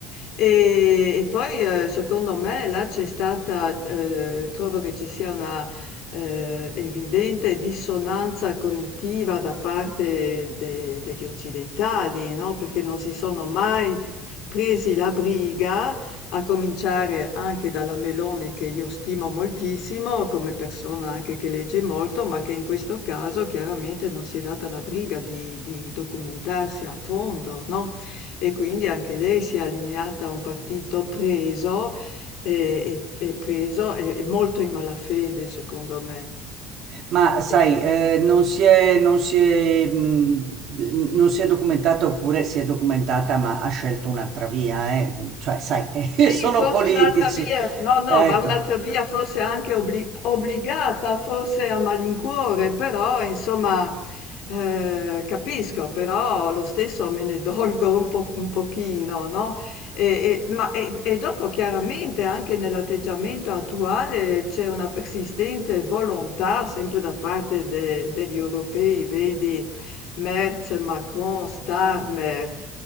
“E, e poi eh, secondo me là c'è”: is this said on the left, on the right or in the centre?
Left